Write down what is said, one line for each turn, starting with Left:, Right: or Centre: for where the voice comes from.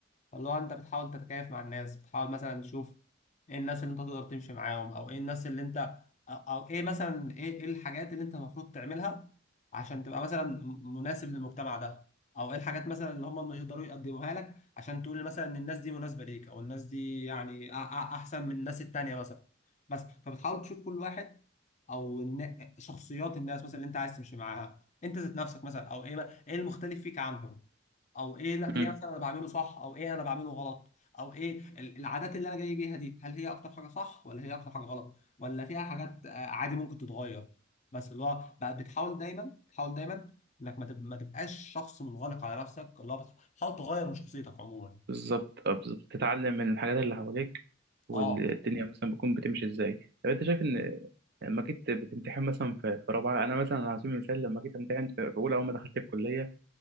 Left: فاللي هو انت بتحاول تتكيف مع الناس بتحاول مثلا تشوف ايه الناس اللي انت تقدر تمشي معاهم او ايه الناس اللي انت او أو ايه مثلا ايه إيه الحاجات اللي انت المفروض تعملها عشان تبقى مثلا م- مناسب للمجتمع ده او ايه الحاجات مثلا اللي هم يقدروا يقدموها لك عشان تقول مثلا ان الناس دي مناسبة ليك او الناس دي يعني أ- أ- احسن من الناس التانية مثلا بس فبتحاول تشوف كل واحد او الن- شخصيات الناس مثلا اللي انت عايز تمشي معاها انت ذات نفسك مثلا او ايه ايه المختلف فيك عنهم او ايه لا ايه
Right: مم.
Left: مثلا انا بعمله صح او ايه انا بعمله غلط او ايه ال- العادات اللي انا جاي بيها دي هل هي اكتر حاجه صح ولا هي اكتر حاجه غلط ولا فيها حاجات آه، عادي ممكن تتغير بس اللي هو بقى بتحاول دايما بتحاول دايما انك ما تب- ما تبقاش شخص منغلق على نفسك اللي هو بتحاول تغير من شخصيتك عموما
Right: بالظبط آه، بالظبط تتعلم من الحاجات اللي حواليك والدنيا
Left: اه
Right: مثلا بتكون بتمشي إزاي طب أنت شايف إن لما جيت بتمتحن مثلا في في رابعة أنا مثلا على سبيل المثال لما جيت أمتحن في في أولى أول ما دخلت الكلية